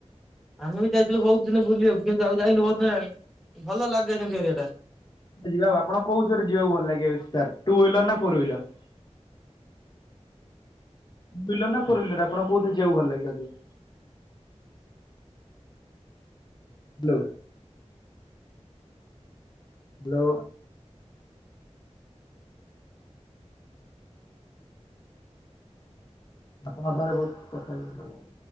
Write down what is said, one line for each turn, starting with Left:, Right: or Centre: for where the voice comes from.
Centre: ଆମେ ବି ଯାଇଥିଲୁ ବହୁତ ଦିନ ବୁଲିବା କୁ କିନ୍ତୁ ଆଉ ଯାଇନୁ ବହୁତ ଦିନ ହେଲାଣି ଭଲଲାଗେ କିନ୍ତୁ ଏରିଆଟା
Left: ଯିବା ଆଉ ଆପଣ କୋଉଥିରେ ଯିବାକୁ ଭଲ ଲାଗେ ସର୍ ଟୁହ୍ୱିିଲର ନା ଫୋର୍ହ୍ୱିିଲର? ଦୁଇହୁଇଲର ନ ଫୋର୍ହୁଇଲାର କହୁଥିଲେ ଜିଆକୁ ଭଲ ଲାଗେ ଅଧିକା? ହାଲୋ ହାଲୋ ଆପଣ ପାଖରେ ବହୁତ କଥା ହେଇପାରିବନି